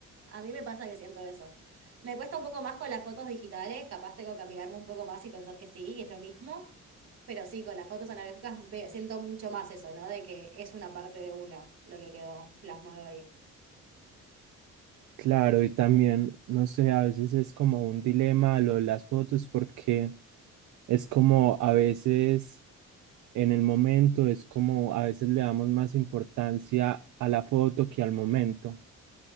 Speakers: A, on the right; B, on the right.
A: A mí me pasa que siento eso. Me cuesta un poco más con las fotos digitales, capaz tengo que amigarme un poco más y pensar que sí, que es lo mismo. Pero sí, con las fotos analógicas ve- siento mucho más eso, ¿no? De que es una parte de uno lo que quedó plasmado ahí.
B: claro, y también, no sé, a veces es como un dilema lo de las fotos porque es como a veces en el momento, es como a veces le damos más importancia a la foto que al momento.